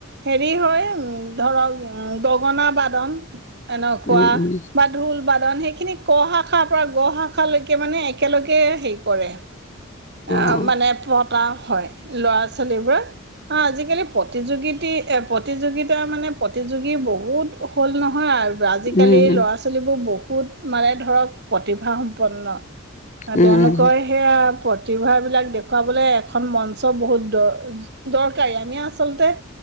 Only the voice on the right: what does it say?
হেৰি হয় উম ধৰক গগনা বাদন এনেকুৱা
বা ঢোল- বাদন সেইখিনি, ক-শাখাৰ পৰা গ-শাখালৈকে মানে একেলগে হেৰি কৰে। অ',
মানে পট, - পতা হয় ল'ৰা ছোৱালী বোৰ, অ' আজিকালি প্ৰতিযোগীতি প্ৰতিযোগিতা মানে প্ৰতিযোগী বহুত হ'ল নহয় আৰু আজিকালি
ল'ৰা ছোৱালী বোৰ বহুত <unintelligible> প্ৰতিভাসম্পন্ন আৰু
তেওঁলোকৰ সেয়া প্ৰতিভা বিলাক দেখুৱা য়াবলৈ এখন মঞ্চ চ বহুত ড- দৰকাৰী আমি আচলতে-